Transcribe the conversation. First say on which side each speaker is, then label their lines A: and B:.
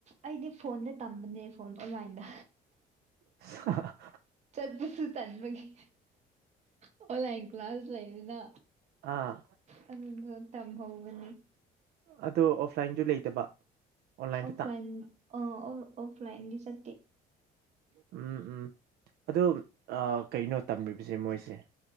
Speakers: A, on the right; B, on the right.
A: ꯑꯩꯗꯤ ꯐꯣꯟꯗ ꯇꯝꯕꯅꯦ ꯐꯣꯟ ꯑꯣꯟꯂꯥꯏꯟꯗ
B: ꯑ
A: ꯆꯠꯄꯁꯨ ꯇꯟꯕꯒꯤꯦ ꯑꯣꯟꯂꯥꯏꯟ ꯀ꯭ꯂꯥꯁ ꯂꯩꯗꯅ
B: ꯑꯥ
A: ꯑꯗꯨ ꯇꯝꯍꯧꯕꯅꯤ
B: ꯑꯗꯣ ꯑꯣꯐꯂꯥꯏꯟꯁꯨ ꯂꯩꯇꯕ ꯑꯣꯟꯂꯥꯏꯟ
A: ꯑꯣꯐꯂꯥꯏꯟ
B: ꯈꯛꯇ
A: ꯑ ꯑꯣꯐꯂꯥꯏꯟꯗꯤ ꯆ
B: ꯎꯝ ꯎꯝ ꯑꯗꯣ ꯀꯩꯅꯣ ꯇꯝꯃꯤꯕꯁꯦ ꯃꯣꯏꯁꯦ